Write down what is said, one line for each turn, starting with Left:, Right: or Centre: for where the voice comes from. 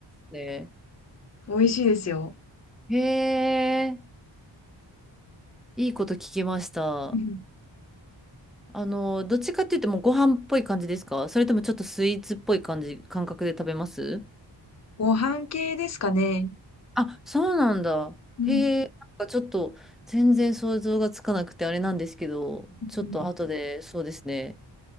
Centre: ね。
Left: 美味しいですよ。
Centre: へえ、いいこと聞きました。
Left: うん
Centre: あの、どっちかって言ってもご飯っぽい感じですかそれともちょっとスイーツっぽい感じ、感覚で食べます
Left: ご飯系ですかね。
Centre: あ、そうなんだ。
Left: うん。
Centre: へえ、
Left: う
Centre: なんかちょっと全然想像がつかなくてあれなんですけど、
Left: ん
Centre: ちょっと後でそうですね、